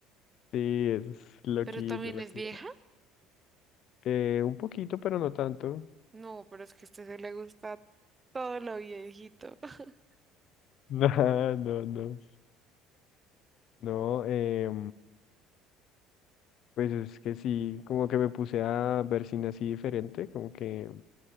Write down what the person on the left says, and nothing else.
Sí, eso es loquita,
loquita.
Eh, un poquito, pero no tanto.
<laughs> No, no, no. No, eh. Pues es que sí, como que me puse a ver cine así diferente, como que